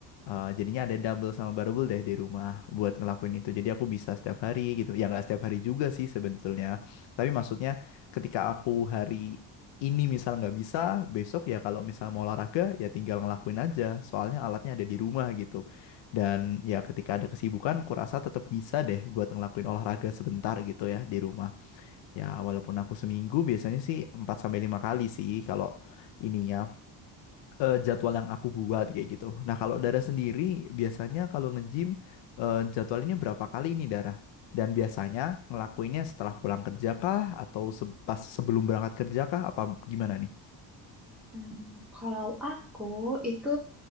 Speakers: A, on the left; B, in the centre.
A: eh, jadinya ada double sama barbell deh di rumah buat ngelakuin itu. Jadi aku bisa setiap hari gitu. Ya nggak setiap hari juga sih sebetulnya. Tapi maksudnya ketika aku hari ini misal nggak bisa, besok ya kalau misal mau olahraga ya tinggal ngelakuin aja. Soalnya alatnya ada di rumah gitu. Dan ya ketika ada kesibukan, aku rasa tetap bisa deh buat ngelakuin olahraga sebentar gitu ya di rumah. Ya, walaupun aku seminggu biasanya sih 4 sampai 5 kali sih kalau ininya eh, jadwal yang aku buat kayak gitu. Nah, kalau Dara sendiri biasanya kalau nge-gym eh, jadwalnya berapa kali ini Dara? Dan biasanya ngelakuinnya setelah pulang kerja kah atau se- pas sebelum berangkat kerja kah apa gimana nih?
B: Hmm, kalau aku itu